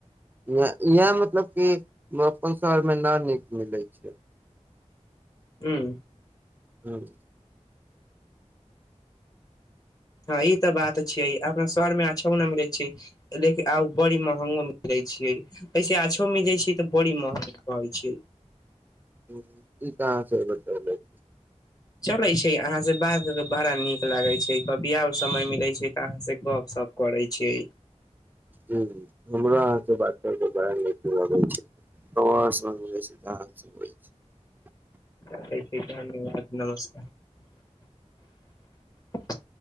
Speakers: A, on the right (about 15°); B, on the left (about 30°).
A: इहाँ, इहाँ मतलब कि अपन शहर मे ना नीक मिलै छै।
B: हुं।
A: हुं।
B: हां इ त बात छियै अपना सरमे अच्छो नहि मिलै छै लेकिन आब बड़ी महंगो मिलै छै, वैसे अच्छो मिलै छै त बड़ी महंगो मिलै छै।
A: हुं, इ कहां से बतेलैथ।
B: चलै छै, अहांसे बात बड़ा नीक लागै छै, कभी आउ समय मिलै छै त अहांसे गपशप करै छै।
A: हुं, हमरो अहांसे बात क के बड़ा नीक लगैये। <unintelligible>
B: रखै छी धन्यवाद, नमस्कार।